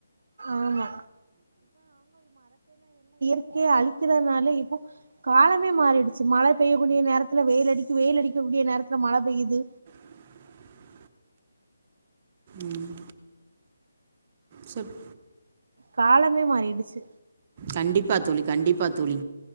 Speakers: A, on the right (about 60°); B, on the right (about 25°).
A: ஆமா இயற்கைய அழிக்கிறதுனால இப்போ காலமே மாறிடுச்சு மழ பெய்யக்கூடிய நேரத்துல வெயில் அடிக்கு வெயில் அடிக்கு கூடிய நேரத்துல மழ பெய்யுது
B: <inaudible> ம் சொல்
A: காலமே மாறிடுச்சு
B: கண்டிப்பா தோழி கண்டிப்பா தோழி